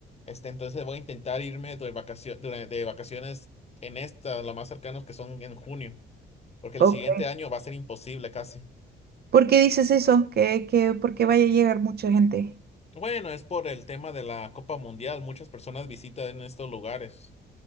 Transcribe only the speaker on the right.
Ok.
¿Por qué dices eso? ¿Qué, qué, por qué vaya a llegar mucha gente?